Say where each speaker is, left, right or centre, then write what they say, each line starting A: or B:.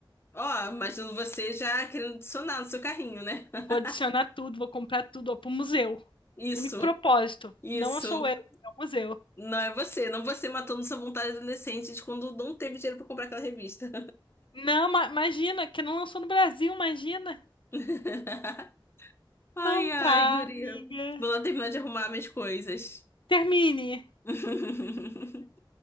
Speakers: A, on the left; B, on the left.
A: Ó, imagino você já querendo adicionar no seu carrinho, né? <laughs>
B: Vou adicionar tudo, vou comprar tudo, ó, pro museu.
A: Isso,
B: Único propósito.
A: isso.
B: Não sou eu, é o museu.
A: Não é você, não você matando sua vontade adolescente de quando não teve dinheiro pra comprar aquela revista.
B: Não, ma- imagina, que não lançou no Brasil, imagina.
A: <laughs> Ai,
B: Então
A: ai,
B: tá,
A: guria.
B: amiga.
A: Vou lá terminar de arrumar minhas coisas.
B: Termine.
A: <laughs>